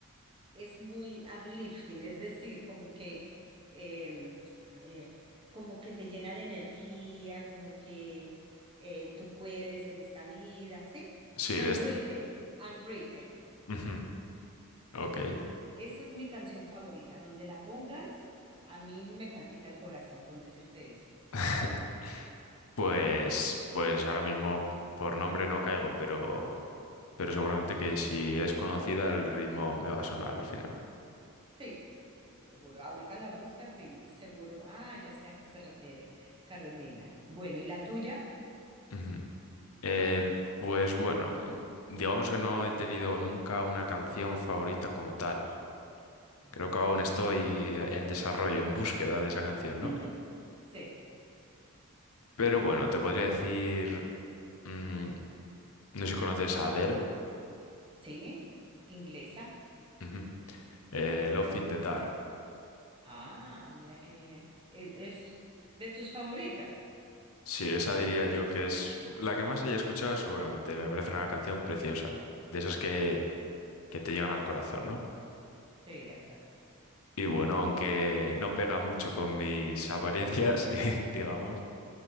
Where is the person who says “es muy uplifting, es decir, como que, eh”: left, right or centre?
Right